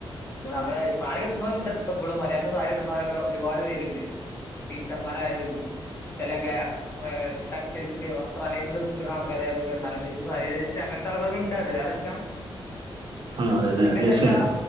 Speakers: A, on the left; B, on the right.
A: നമ്മള് സാരി ഇടുന്നവലുംണ്ട് എപ്പോഴും മര്യാദക്ക്സാ രിഇടുന്നവരൊക്കെ ഒരുപാട് പേരുണ്ട് ടീച്ചർമാരായാലും ചിലൊക്കെ ഏ ടെക്സ്റ്റൈൽസിൽ വസ്ത്രാലയങ്ങളിൽ നിൽക്കുന്ന ആൾക്കാരായി എന്നാലു <unintelligible> സ അങ്ങനത്തെ ആൾക്കാരുമുണ്ട് അത് വേറെ വിഷയം
B: ആ അതെ അതെ
A: പിന്നെ
B: തീർച്ചയായും
A: എന്താച്ചാ